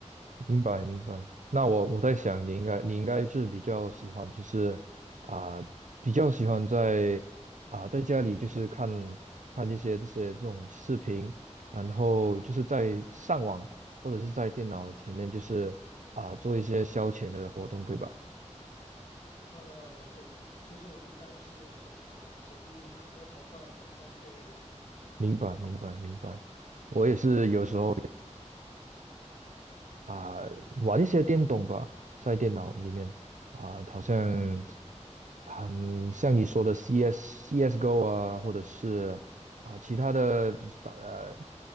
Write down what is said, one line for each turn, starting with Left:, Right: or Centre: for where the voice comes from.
Right: 明白明白。那我我在想，你应该你应该是比较喜欢，就是啊、比较喜欢在啊、在家里就是看看一些这些这种视频，然后就是在上网或者是在电脑前面，就是啊、做一些消遣的活动，对吧？
Left: 呃，对，其实我一般是用手机啦，手机躺在床上方便一点。
Right: 明白明白明白。我也是有时。
Left: 嗯，
Right: 候。啊、玩一些电动吧，在电脑里面啊、好像嗯，像你说的 CS、CS:GO 啊，或者是啊、其他的就是打呃